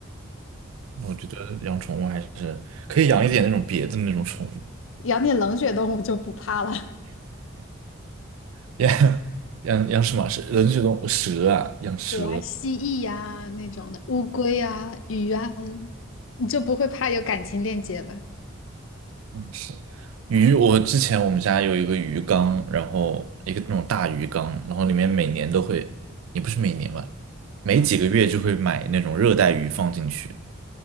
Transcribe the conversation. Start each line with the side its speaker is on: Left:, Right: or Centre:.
Right: 我觉得养宠物还是可以养一点那种别的那种宠物，
Left: 养点冷血动物就不怕了，
Right: <laughs> 养养养什么？是人是动物蛇啊，养蛇。
Left: <laughs> 比如啊蜥蜴呀、那种的，乌龟呀、鱼啊，你就不会怕有感情链接了。
Right: 嗯是鱼，我之前我们家有一个鱼缸，然后一个那种大鱼缸，然后里面每年都会，也不是每年吧，每几个月就会买那种热带鱼放进去，